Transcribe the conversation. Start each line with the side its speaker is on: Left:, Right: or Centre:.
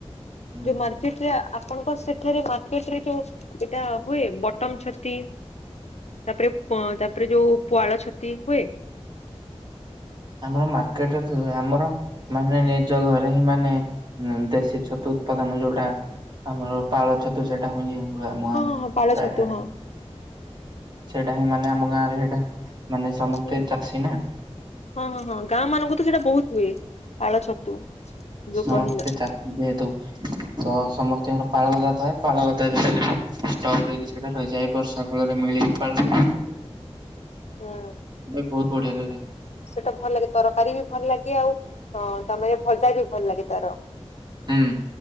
Right: ହୁଁ
Left: ଯୋଉ ମା ସେଟା ଆପଣଙ୍କ ସେଠାରେ ମାର୍କେଟରେ ଯୋଉ ଏଟା ହୁଏ ବଟମ ଛତି। ତାପରେ ପ ତାପରେ ଯୋଉ ପୁଆଳ ଛତି ହୁଏ।
Right: ଆମର ମାର୍କେଟରେ ତ ଆମର ମାନେ ନିଜ ଘରେ ହିଁ ମାନେ ଦେଶୀ ଛତୁ। ଉପାଦାନ ଯୋଉଟା ଆମର ପାଳ ଛତୁ ସେଟା ହୁଁଇ ଯେ <unintelligible> ଆମ ଗାଁରେ
Left: ହଁ ହଁ ହଁ ପାଳ
Right: ପ୍ରାୟଟା।
Left: ଛତୁ ହଁ।
Right: ସେଟା ହିଁ ମାନେ ଆମ ଗାଁ ରେ ହେଟା ମାନେ ସମସ୍ତେ
Left: ହୁଁ
Right: ଚାଷୀ ନା।
Left: ହଁ ହଁ ହଁ ଗାଁ ମାନଙ୍କୁ ତ ସେଟା ବହୁତ ହୁଏ ପାଳ ଛତୁ ଯୋଉ
Right: ସମସ୍ତେ
Left: କହିଲ।
Right: ଚାଷୀ ଯେହେତୁ ତ ସମସ୍ତଙ୍କର ପାଳଗଦା ଥାଏ ପାଳଗଦା ଯେତେ ହେଲେ ଷ୍ଟକ୍ ହେଇକି ସେଟା ରହିଯାଏ ବର୍ଷା ଫଳରେ ମିଳିକି ପାଳଟା ସେଟା ହୁଏ।
Left: ହୁଁ
Right: ବେ ବୋହୁତ ବଢିଆ ଲାଗେ।
Left: ସେଟା ଭଲ ଲାଗେ ତରକାରୀ ବି ଭଲ ଲାଗେ ଆଉ ଅଁ ତା ମାନେ ଭଜା ବି ଭଲ ଲାଗେ ତାର।
Right: ହୁଁ